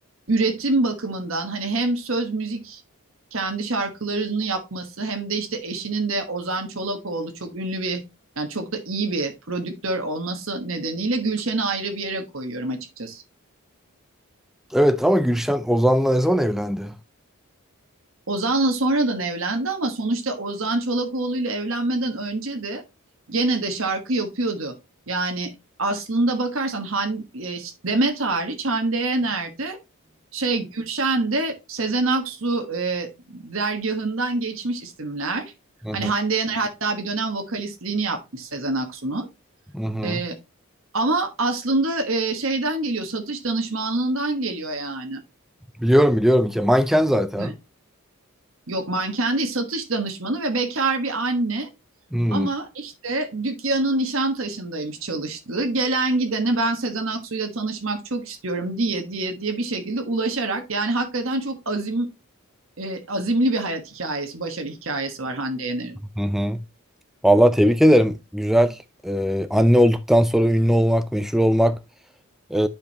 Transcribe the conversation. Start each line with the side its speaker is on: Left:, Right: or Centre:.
Right: üretim bakımından hani hem söz müzik kendi şarkılarını yapması hem de işte eşinin de Ozan Çolakoğlu çok ünlü bir yani çok da iyi bir prodüktör olması nedeniyle Gülşen'i ayrı bir yere koyuyorum açıkçası.
Centre: Evet ama Gülşen Ozan'la ne zaman evlendi?
Right: Ozan'la sonradan evlendi ama sonuçta Ozan Çolakoğlu ile evlenmeden önce de gene de şarkı yapıyordu. Yani aslında bakarsan Han, e, Demet hariç Hande Yener'de Şey Gülşen de Sezen Aksu e, dergahından geçmiş isimler.
Centre: Hı hı.
Right: Hani Hande Yener hatta bir dönem vokalistliğini yapmış Sezen Aksu'nun.
Centre: Hı hı.
Right: E, ama aslında e, şeyden geliyor, satış danışmanlığından geliyor yani.
Centre: Biliyorum biliyorum ki manken zaten.
Right: Evet. Yok manken değil, satış danışmanı ve bekar bir anne.
Centre: Hmm.
Right: Ama işte dükkanın Nişantaşı'ndaymış çalıştığı. Gelen gidene ben Sezen Aksu'yla tanışmak çok istiyorum diye diye diye bir şekilde ulaşarak yani hakikaten çok azim e, azimli bir hayat hikayesi, başarı hikayesi var Hande Yener'in.
Centre: Hı hı. Vallahi tebrik ederim. Güzel. Ee, anne olduktan sonra ünlü olmak, meşhur olmak ee,